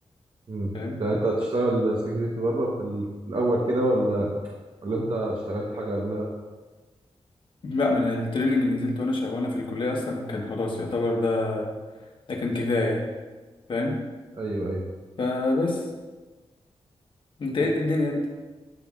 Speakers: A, on the right (about 50°); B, on the left (about 50°).
A: امم
B: فاهم
A: ده انت هتشتغل سكيورتي بره في, ال... في الاول كده ولا ولا انت اشتغلت حاجة قبلها
B: لا ما انا التريننج اللي نزلته وانا شا... وانا في الكليه اصلا كان خلاص يعتبر ده ده كان كفايه يعني فاهم
A: ايوه ايوه
B: فبس انت
A: طب
B: ايه الدنيا انت